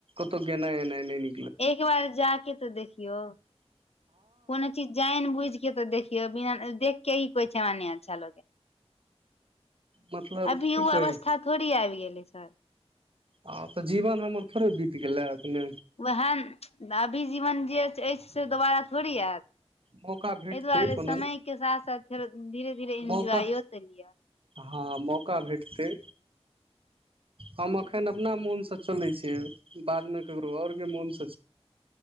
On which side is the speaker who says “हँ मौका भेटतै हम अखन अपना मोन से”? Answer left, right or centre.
Right